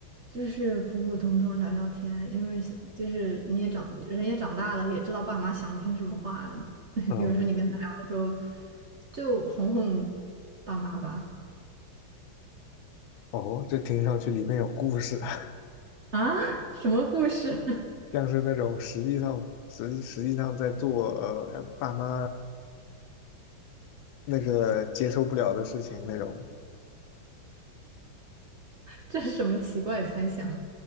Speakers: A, on the right; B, on the left.
A: 就是普普通通聊聊天，因为是就是你也长人也长大了，也知道爸妈想听什么话。<laughs>
B: 嗯，
A: 有时候你跟他聊的时候，就哄哄爸妈吧。
B: 哦，这听上去里面有故事啊，
A: 啊，<laughs> 什么故事？<laughs>
B: <laughs> 像是那种实际上实际实际上在做呃爸妈那个接受不了的事情那种，
A: 这是什么奇怪的猜想？